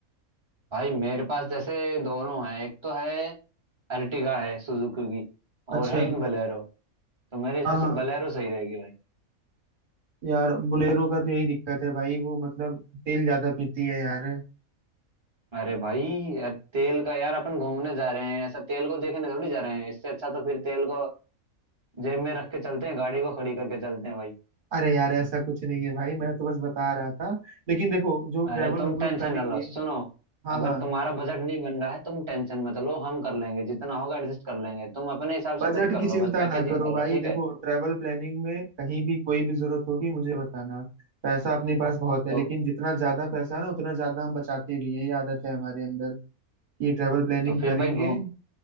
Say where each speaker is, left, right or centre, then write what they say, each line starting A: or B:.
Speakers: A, on the right; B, on the right.
A: भाई मेरे पास जैसे दोनों हैं एक तो है अर्टिगा है सुजुकी की
B: अच्छा
A: और है एक बलेरो तो मेरे हिसाब
B: हाँ हाँ
A: से बलेरो सही रहेगी भाई
B: यार बोलेरो का तो यही दिक्कत है भाई वो मतलब तेल ज्यादा पीती है यार <laughs>
A: अरे भाई यार तेल का यार अपन घूमने जा रहे हैं ऐसा तेल को देखने थोड़ी जा रहे हैं इससे अच्छा तो फिर तेल को जेब में रख के चलते हैं गाड़ी को खड़ी करके चलते हैं भाई
B: अरे यार ऐसा कुछ नहीं है भाई मैं तो बस बता रहा था लेकिन देखो जो
A: अरे
B: ट्रैवल
A: तुम
B: हम लोग
A: टेंशन
B: करेंगे
A: ना लो सुनो
B: हाँ
A: अगर
B: हाँ
A: तुम्हारा बजट नहीं बन रहा है तुम टेंशन मत लो हम कर लेंगे जितना होगा एडजस्ट कर लेंगे तुम अपने हिसाब
B: बजट
A: से कुछ कर
B: की चिंता
A: लो बस पैकेजिंग
B: ना करो
A: कर
B: भाई
A: लो ठीक
B: देखो
A: है
B: ट्रैवल प्लानिंग में कहीं भी कोई भी जरूरत होगी मुझे बताना पैसा अपने पास बहुत है
A: तो
B: लेकिन जितना ज्यादा पैसा है ना उतना ज्यादा हम बचाते भी हैं ये आदत है हमारे अंदर ये ट्रैवल प्लानिंग
A: तो फिर
B: करेंगे
A: भाई घूम